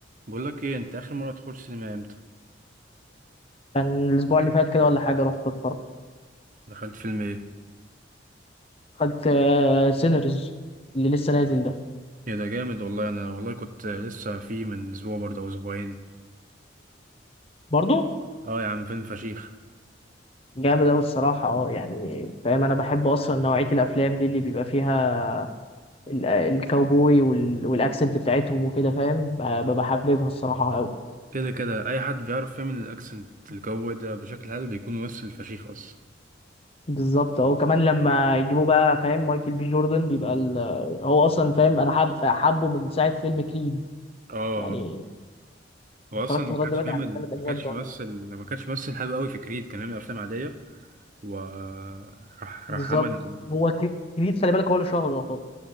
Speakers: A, on the right; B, on the left.
A: بقول لك ايه انت اخر مره تخش سينما امتى
B: كان الاسبوع اللي فات كده ولا حاجه رحت اتفرج
A: دخلت فيلم ايه
B: دخلت سينرز اللي لسه نازل ده
A: ايه ده جامد والله انا والله كنت لسه فيه من اسبوع برضه او اسبوعين
B: برضو
A: اه يا عم فيلم فشيخ
B: جامد أوي الصراحة اه يعني فاهم أنا بحب أصلا نوعية الأفلام دي اللي بيبقى فيها ال- الكاوبوي وال- والأكسنت بتاعتهم وكده فاهم ب- ببقى حاببها الصراحة أوي
A: كده كده اي حد بيعرف يعمل الاكسنت الجو ده بشكل حلو بيكون ممثل فشيخ اصلا
B: بالظبط اه وكمان لما يجيبوا بقى فاهم مايكل بي جوردن بيبقى ال... آه، هو أصلا فاهم أنا حاب حابه من ساعة فيلم كريد
A: اه
B: يعني
A: هو
B: اتفرجت
A: اصلا ما
B: لغاية
A: كانش
B: دلوقتي
A: بيعمل
B: على الثلاث أجزاء
A: ما كانش
B: بتوع
A: بيمثل
B: كريد
A: ما كانش بيمثل حلو قوي في كريد كان بيعمل افلام عاديه وراح راح
B: بالظبط
A: راح عمل
B: هو كريد خلي بالك هو اللي شهره